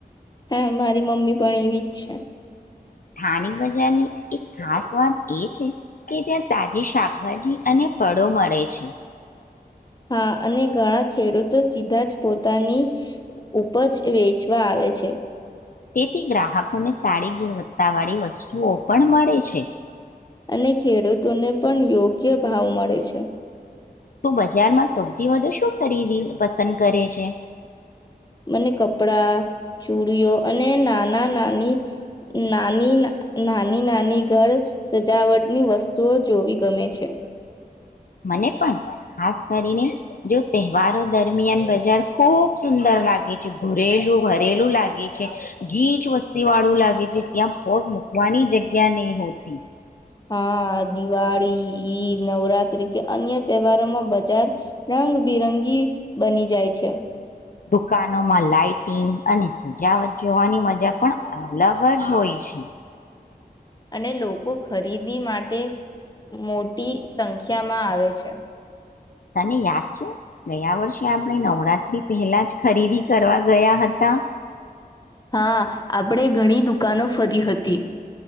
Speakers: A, on the left; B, on the left.
A: હા મારી મમ્મી પણ એવી જ છે.
B: સ્થાાનિક બજારની એક ખાસ વાત એ છે કે ત્યાં તાજી શાકભાજી અને ફળો મળે છે.
A: હા અને ઘણા ખેડૂતો સીધા જ પોતાની ઉપજ વેચવા આવે છે.
B: તેથી ગ્રાહકોને સારી ગુણવત્તા વાળી વસ્તુઓ પણ મળે છે.
A: અને ખેડૂતોને પણ યોગ્ય ભાવ મળે છે.
B: તું બજારમાં સૌથી વધુ શું ખરીદી પસંદ કરે છે.
A: મને કપડા ચુડીઓ અને નાના નાની નાની નાની નાની ઘર સજાવટની વસ્તુઓ જોવી ગમે છે.
B: મને પણ ખાસ કરીને જો તહેવારો દરમિયાન બજાર ખુબ સુંદર લાગે છે ભૂરેલું ભરેલું લાગે છે ગીચ વસ્તી વાળું લાગે છે ત્યાં પગ મૂકવાની જગ્યા ત્યાં નહી હોતી.
A: હા દિવાળી નવરાત્ર તરીકે અન્ય તહેવારોમાં બજાર રંગબિરંગી બની જાય છે.
B: દુકાનોમાં લાાઈટિંગ અને સજાવટ જોવાની મજા પણ અલગ જ હોય છે.
A: અને લોકો ખરીદી માટે મો ટી સંખ્યામાં આવે છે.
B: તને યાદ છે ગયા વર્ષે આપણે નવરાત્રી પહેલા જ ખરીદી કરવા ગયા હતા.
A: હા આપણેે ઘણી દુકાનો ફરી હતી.